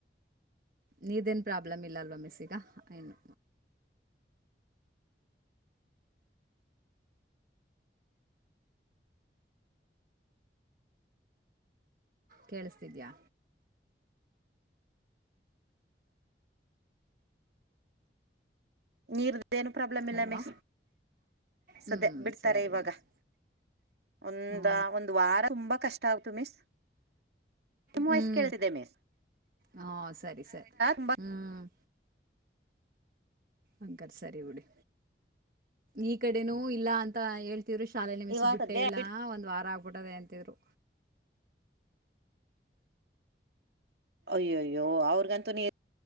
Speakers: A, on the right; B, on the right.
A: ನೀದೇನ್ ಪ್ರಾಬ್ಲಮ್ ಇಲ್ಲ ಅಲ್ವಾ ಮಿಸ್ ಇಗ ಏನು ಕೇಳಿಸ್ತಿದಿಯ
B: ನೀರ್ದು ಏನು ಪ್ರಾಬ್ಲಮ್
A: ಹಲೋ
B: ಇಲ್ಲ ಮಿಸ್ ಸದ್ಯ
A: ಹ್ಞೂ
B: ಬಿಡ್ತಾರೆ
A: ಸರಿ
B: ಇವಾಗ
A: ಮಿಸ್
B: ಒಂದ
A: ಹ್ಞೂ
B: ಒಂದ್ ವಾರ ತುಂಬಾ ಕಷ್ಟ <inaudible> <inaudible> ಮಿಸ್ ನಿಮ್
A: ಹ್ಮ್
B: ವಾಯ್ಸ್ ಕೇಳ್ತಿದೆ ಮಿಸ್
A: ಹ ಸರಿ ಸರಿ
B: ತುಂಬಾ
A: ಹ್ಮ್ ಅಂಕಲ್ ಸರಿ ಬಿಡಿ ಈ ಕಡೆನೂ ಇಲ್ಲ ಅಂತ ಹೇಳ್ ಶಾಲೆಲಿ ಮಿಸ್
B: ಇವಾಗ
A: ಬಿಟ್ಟೇ
B: ಸದ್ಯ
A: ಇಲ್ಲ
B: ಬಿಡ್
A: ಒಂದ್ ವಾರ ಆಗ್ಬಿಟ್ಟದೆ ಅಂತಿದ್ರು
B: ಅಯ್ಯಯ್ಯೋ ಅವ್ರಿಗಂತೂ ನೀ